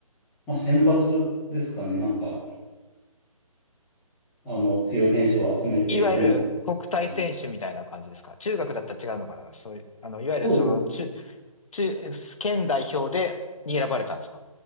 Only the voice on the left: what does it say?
いわゆる国体選手みたいな感じですか中学だったら違うのかなそういう、
あの、いわゆるその、
中、中、県代表でに選ばれたんですか